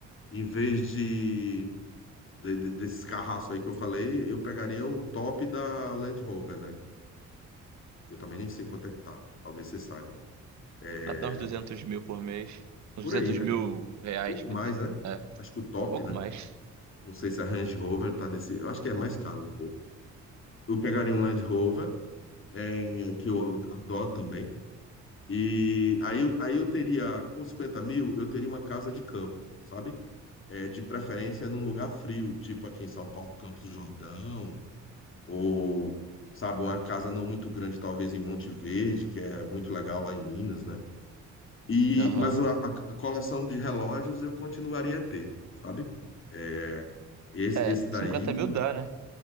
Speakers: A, on the left; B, on the right.
A: Em vez de, de- de- desses carraços aí que eu falei, eu pegaria o top da Land Rover, né? Eu também nem sei quanto é que tá. Talvez você saiba. É,
B: Dá pra dar uns 200 mil por mês. Uns
A: por
B: 200
A: aí, né?
B: mil reais,
A: Pouco
B: quer
A: mais,
B: dizer.
A: né?
B: É,
A: Acho que o top,
B: pouco
A: né?
B: mais.
A: Não sei se a Range Rover tá nesse. Eu acho que é mais caro um pouco. Eu pegaria um Land Rover, é, que eu adoro também. E aí eu, aí eu teria, com 50 mil, eu teria uma casa de campo, sabe? É, de preferência num lugar frio, tipo aqui em São Paulo, Campos do Jordão, ou, sabe, uma casa não muito grande, talvez em Monte Verde, que é muito legal lá em Minas, né? E,
B: Aham.
A: mas a, a coleção de relógios eu continuaria a ter, sabe? É, esse,
B: É,
A: esse daí
B: 50 mil dá, né?